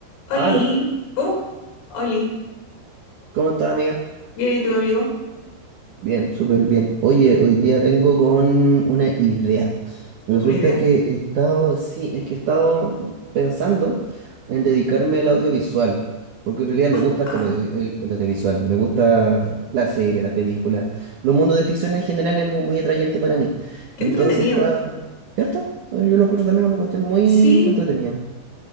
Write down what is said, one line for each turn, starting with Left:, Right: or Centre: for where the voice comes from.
Left: Oli,
Right: Aló,
Left: oh, Oli,
Right: ¿cómo estás, amiga?
Left: bien y tu amigo,
Right: Bien, súper bien. Oye, hoy día vengo con una idea. Resulta
Left: una idea.
Right: que he estado, sí, es que he estado pensando en dedicarme al audiovisual, porque en realidad
Left: Ah,
Right: me gusta
Left: ah,
Right: harto el, audio- el- el audiovisual, me gusta la serie, la película, los mundos de ficción en general es algo muy atrayente para mí.
Left: qué
Right: Entonces
Left: entretenido.
Right: está, ¿cierto? Yo lo encuentro también una cuestión muy
Left: Sí,
Right: entretenida.